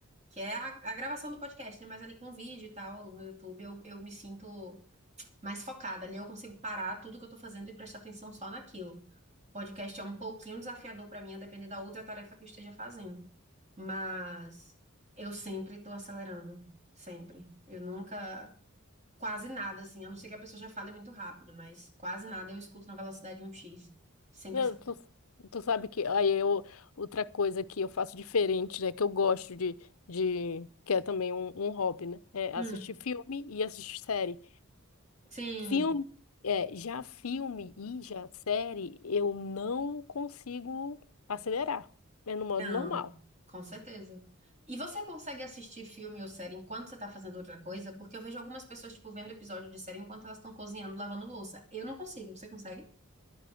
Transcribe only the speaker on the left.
Não,
tu, tu sabe que aí eu, outra coisa que eu faço diferente, né? Que eu gosto de, de que é também um, um hobby, né? É
assistir filme e assistir série.
Filme, é, já filme e já série, eu não consigo acelerar. É no modo
normal.